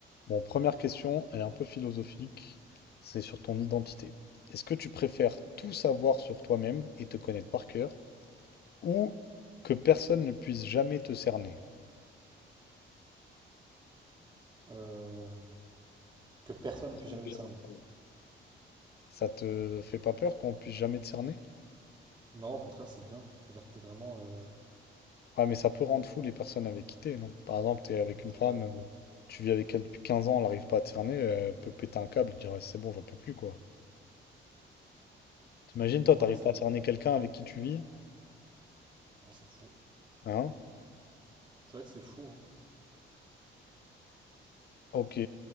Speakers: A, on the left; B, on the right.
A: Bon, première question, elle est un peu philosophique, c'est sur ton identité. Est-ce que tu préfères tout savoir sur toi-même et te connaître par cœur, ou que personne ne puisse jamais te cerner?
B: euh, que personne
A: Personne
B: ne puisse jamais
A: ne peut
B: me cerner.
A: jamais le faire. Ça te fait pas peur qu'on puisse jamais te cerner?
B: Non, au contraire, c'est bien. C'est-à-dire que t'es vraiment. euh,
A: Ah, mais ça peut rendre fou les personnes avec qui t'es, non? Par exemple, t'es avec une
B: C'est
A: femme,
B: vrai.
A: euh, tu vis avec elle depuis 15 ans, elle n'arrive pas à te cerner, elle peut péter un câble et dire «Eh, c'est bon, j'en peux plus, quoi. T'imagines, toi,
B: Ouais,
A: t'arrives
B: c'est
A: pas à cerner
B: vrai.
A: quelqu'un avec qui tu vis?
B: Ouais, c'est fou.
A: Hein?
B: C'est vrai que c'est fou, hein.
A: Ok.